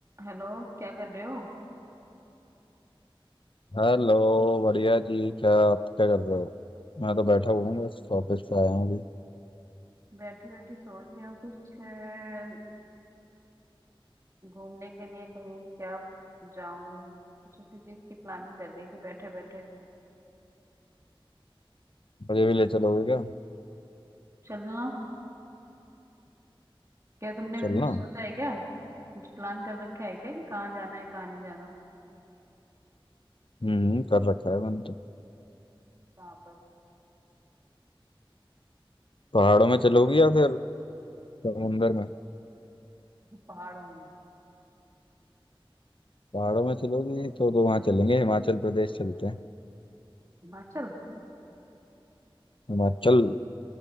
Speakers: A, on the right (about 30°); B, on the left (about 65°).
A: Hello क्या कर रहे हो
B: Hello बढ़िया जी क्या आप क्या कर रहे हो मैं तो
A: कुछ
B: बैठा हुआ हूँ बस ऑफिस से आया हूँ अभी
A: बैठी बैठी सोच रही हूँ कुछ अ, घूमने के लिए कहीं क्या जाऊं कुछ उसी चीज की प्लानिंग कर रही थी बैठे बैठे
B: मुझे भी ले चलोगे क्या
A: चलना क्या तुमने
B: चलना
A: कुछ सोचा है क्या कुछ प्लान कर रखा है क्या कि कहाँ जाना है कहाँ नहीं जाना
B: हम्म कर रखा है मैंने तो
A: कहाँ पर
B: पहाड़ों में चलोगी या फिर समुंदर में
A: पहाड़ों में
B: पहाड़ों में चलोगी तो तो वहाँ चलेंगे हिमाचल प्रदेश चलते हैं
A: हिमाचल
B: हिमाचल